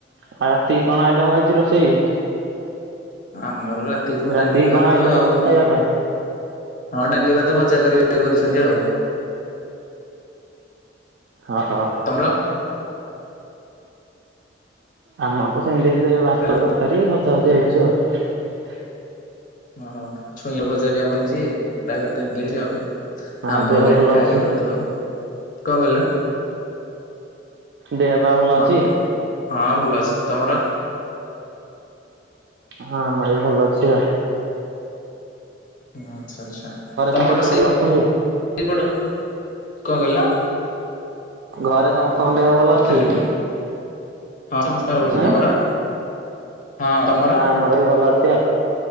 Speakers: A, on the right; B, on the left.
A: ଆଉ ରାତି କଣ ଆଇଟମ ହେଇଛି ରୋଷେଇ?
B: ହଁ ଆମର ରାତିକୁ ଡାଲି
A: ରାତିକି
B: ଭାତ
A: କଣ ଆଇଟମ
B: ଆଉ
A: ହେଇଛି ଖାଇବା ପାଇଁ?
B: ହଁ ଡାଲି ଭାତ ଭଜା କର କରିଛନ୍ତି ଆଉ।
A: ଅ ହଁ
B: ତମର?
A: ଆମର ତ ସେମିତି ଭାତ
B: ହ୍ୟାଲୋ
A: ତରକାରୀ ଭଜା ହେକା ଚି ଆଉ।
B: ଓହୋ। ଛୁଇଁ ଭଜା ବି ଆମର ହେଇଛି। ଡ୍ରାଇଭର ତ ଏମିତି ଆଉ।
A: ଆଉ
B: ଆଁମ୍ଭ
A: ଦେହ
B: ପାଇଁକି
A: ଭଲ
B: ଖାଇକି
A: ଅଛି
B: କରୁଥିବ। କଣ କହିଲ।
A: ଦେହ ବା ଭଲ
B: ହଁ
A: ଅଛି।
B: ହଁ ଭଲ ଅଛି। ତମର?
A: ହଁ ଆମର ବି ଭଲ ଅଛି ଆ
B: ହଁ ଆଚ୍ଛା ଆଚ୍ଛା କମ୍ପ୍ୟୁଟର
A: ସମସ୍ତେ
B: ସେ
A: ଭଲ ଅଛନ୍ତି?
B: ସପଟ କଣ କହିଲ?
A: ଘରେ ହଁ ଦେହ ଭଲ ଅଛି।
B: ହ୍ୟାଲୋ ହଁ ସମସ୍ତଙ୍କ କରୁଛି
A: ଆଁ
B: ତମର। ହଁ ତମର
A: ଆମର ବି ଭଲ ଅଛି ଆଉ